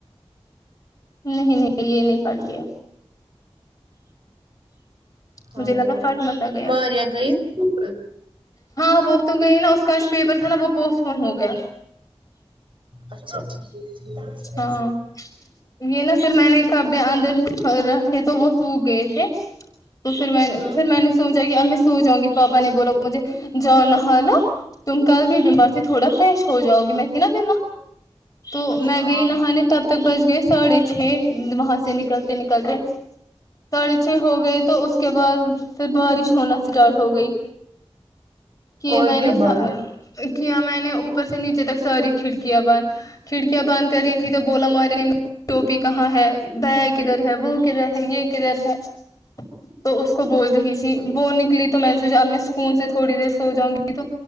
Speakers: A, on the left (about 30°); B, on the right (about 50°).
A: نہیں نہیں یہ نہیں پھٹ دیا
B: ہاں
A: مجھے لگا پھٹ متا گیا
B: ماریا گئی اسکول
A: ہاں وہ تو گئی نا اس کا جو شیور تھا نا وہ پوسٹپون ہو گیا
B: اچھا ٹھیک ٹھیک
A: ہاں یہ نا پھر میں نے کہاں اپ اندر رکھے تو وہ سوکھ گئے تھے تو پھر میں
B: ہوں
A: پھر میں نے سو جائے ہم سو جاوں گی پاپا نے بول مجھے جاؤ نہا لو تم کل بھی بیمار سے تھوڑا فریش ہو جاؤ گی میں تھی نا بیمار تو میں
B: ہاں
A: گئی نہانے تب تک بچ گئے ساڑھے چھ وہاں سے نکلتے نکلتے ساڑھے چھ ہو گئے تو اس کے بعد پھر بارش ہونا اسٹارٹ ہو گئی کی
B: اور
A: میں
B: کیا
A: نے
B: بارش
A: کیا میں نے اوپر سے نیچے تک ساری کھڑ کیاں باندھ کھڑکیاں باند کر رہی تھی تو بولا منے ٹوپی کہاں ہے بھیا کدھر ہے وہ کدھر ہے یہ کدھر ہے تو اس کو بول رہی تھی وہ نکلی تو میں نے سوچا اب میں سکون سے تھوڑی دیر سو جاؤں گی تو